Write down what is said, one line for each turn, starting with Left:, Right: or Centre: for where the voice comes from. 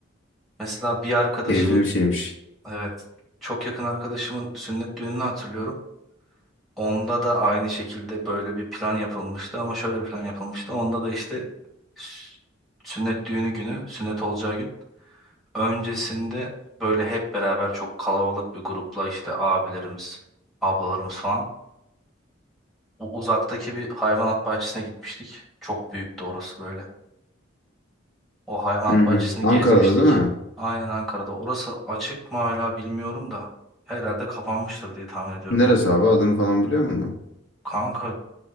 Centre: Mesela bir arkadaşımın,
Left: Keyifli bir şeymiş.
Centre: evet, çok yakın arkadaşımın sünnet düğününü hatırlıyorum. Onda da aynı şekilde böyle bir plan yapılmıştı ama şöyle bir plan yapılmıştı. Onda da işte s- sünnet düğünü günü, sünnet olacağı gün öncesinde böyle hep beraber çok kalabalık bir grupla işte abilerimiz, ablalarımız falan. U- Uzaktaki bir hayvanat bahçesine gitmiştik. Çok büyüktü orası böyle. O hayvanat
Left: Hı hı.
Centre: bahçesini
Left: Ankara'da
Centre: gezmiştik.
Left: değil mi?
Centre: Aynen Ankara'da. Orası açık mı hala bilmiyorum da. Herhalde kapanmıştır diye tahmin ediyorum
Left: Neresi
Centre: ya.
Left: abi? Adını falan biliyor musun?
Centre: Kanka